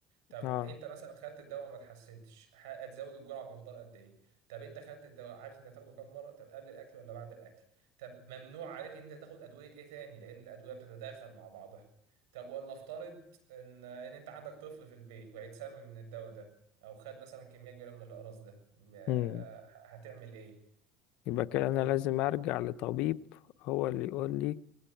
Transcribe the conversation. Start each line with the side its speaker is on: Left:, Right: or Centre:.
Right: طب
Left: اه
Right: انت مثلا خدت الدواء وما اتحسنتش ه- هتزود الجرعه بمقدار قد ايه طب انت خدت الدواء عارف انت هتاخده كام مره طب قبل الاكل ولا بعد الاكل طب ممنوع عليك ان انت تاخد ادويه ايه تاني لان الادويه بتتداخل مع بعضها طب ولنفترض ان ان انت عندك طفل في البيت وهيتسمم من الدواء ده او خد مثلا كميه كبيره من الاقراص ده م- آه،
Left: امم
Right: هتعمل ايه
Left: يبقى كده انا
Right: تمام
Left: لازم ارجع لطبيب هو اللي يقول لي